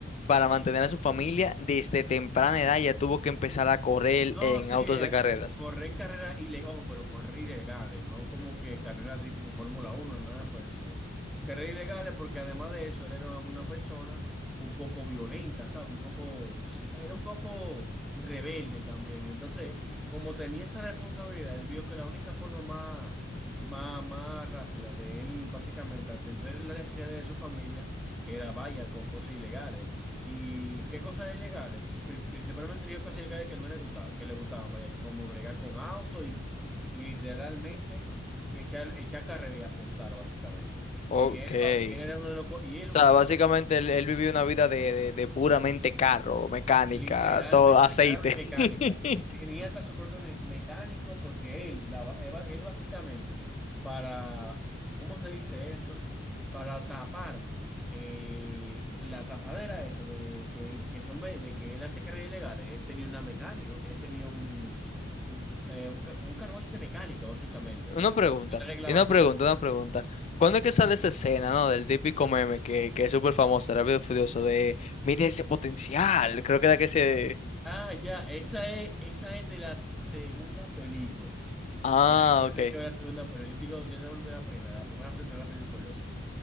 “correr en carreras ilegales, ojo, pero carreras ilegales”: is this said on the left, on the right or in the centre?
Centre